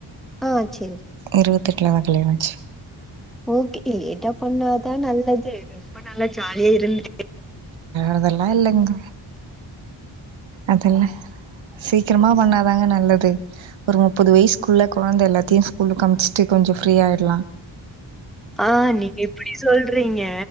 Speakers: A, in the centre; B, on the right.
A: ஆஹ் சேரி
B: இருவத்தெட்ல தா கல்யாணோ ஆச்சு
A: ஓகே லேட்டா பண்ணாதா நல்லது ரொம்ப நல்லா ஜாலியா இருந்து
B: அதெல்லா இல்லிங்க அது இல்ல சீக்கிரமா பண்ணாதாங்க நல்லது ஒரு முப்பது வயிஸ்குள்ள குழந்த எல்லாத்தியு ஸ்கூலுக்கு அம்ச்சிட்டு கொஞ்சோ ஃப்ரீயாயிட்லா
A: ஆஹ் நீங்க எப்டி சொல்றீ இருக்கிறீங்க